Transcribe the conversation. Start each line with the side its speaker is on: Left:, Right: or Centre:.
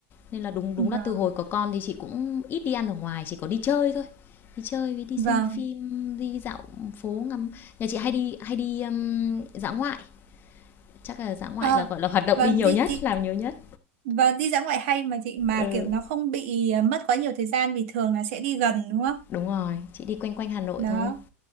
Left: nên là đúng đúng
Right: vâng
Left: là từ hồi có con thì chị cũng ít đi ăn ở ngoài chỉ có đi chơi thôi đi chơi với đi
Right: vâng
Left: xem phim đi dạo phố ngắm nhà chị hay đi hay đi um, dã ngoại chắc là dã ngoại
Right: ờ
Left: là gọi là hoạt động
Right: vâng
Left: đi nhiều
Right: đi
Left: nhất
Right: đi
Left: làm nhiều nhất
Right: Vâng, đi dã ngoại hay mà chị mà
Left: ừ
Right: kiểu nó không bị à, mất quá nhiều thời gian vì thường là sẽ đi gần đúng không?
Left: đúng rồi chị đi quanh quanh Hà Nội
Right: Đó,
Left: thôi